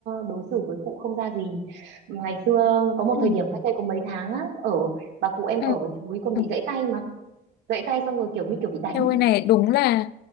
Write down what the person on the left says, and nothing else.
ừ
ừ
ừ.
Em
ơi này đúng là